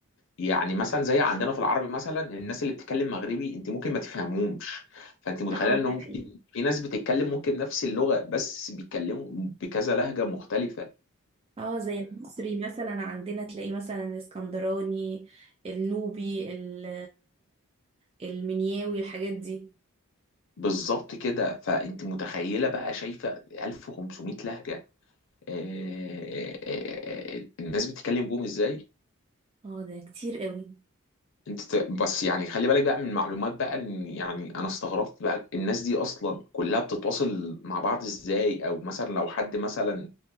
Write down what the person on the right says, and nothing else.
اه
ده
حقيقي
اه زي المصري مثلا عندنا تلاقي مثلا الاسكندراني النوبي ال- المنياوي الحاجات دي
اه ده كتير قوي